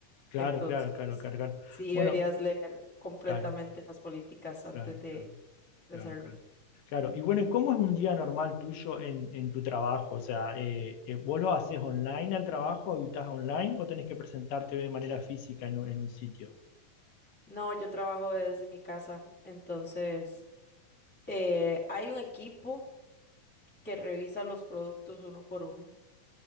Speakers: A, on the left; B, in the centre.
A: claro,
B: Entonces,
A: claro, claro, claro, claro.
B: sí
A: Bueno,
B: deberías leer completamente
A: claro,
B: las políticas antes
A: claro,
B: de
A: claro,
B: de
A: claro,
B: hacerlo.
A: claro. Claro, y bueno, ¿y ¿cómo es un día normal tuyo en, en tu trabajo? O sea, eh, eh, ¿vos lo haces online al trabajo, habitas online o tenés que presentarte de manera física en un en un sitio?
B: No, yo trabajo desde mi casa, entonces eh, hay un equipo que revisa los productos uno por uno